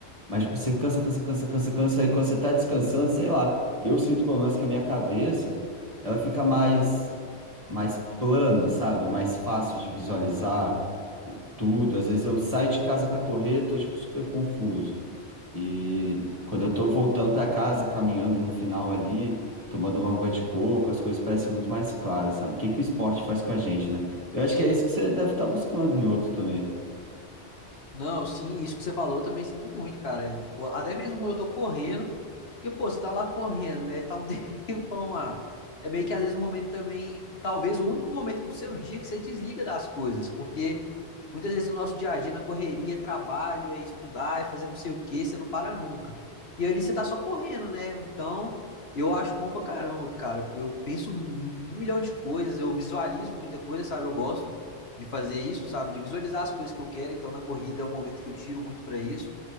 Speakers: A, on the right; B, on the left.
A: mas tipo, você cansa, cansa, cansa, cansa, cansa, e quando você tá descansando, sei lá, eu sinto pelo menos que a minha cabeça, ela fica mais, mais plana, sabe? Mais fácil de visualizar. o- Tudo, às vezes eu saio de casa para correr, tô tipo super confuso. E quando eu tô voltando para casa, caminhando no final ali, tomando uma água de coco, as coisas parecem muito mais claras, sabe? O que que o esporte faz com a gente, né? Eu acho que é isso que você deve estar buscando em outro também.
B: Não, sim, isso que você falou eu também sinto muito, cara. Até mesmo quando eu tô correndo, porque, pô, você tá lá correndo, né? Tá um <laughs> tempão lá. É meio que às vezes um momento também, talvez o único momento do seu dia que você desliga das coisas, porque muitas vezes no nosso dia a dia, na correria, é trabalho, é estudar, é fazer não sei o quê, você não para nunca. E ali você tá só correndo, né? Então, eu acho bom pra caramba, cara. Eu penso um um milhão de coisas, eu visualizo muita coisa, sabe? Eu gosto de fazer isso, sabe? De visualizar as coisas que eu quero. Então, na corrida é um momento que eu tiro muito para isso.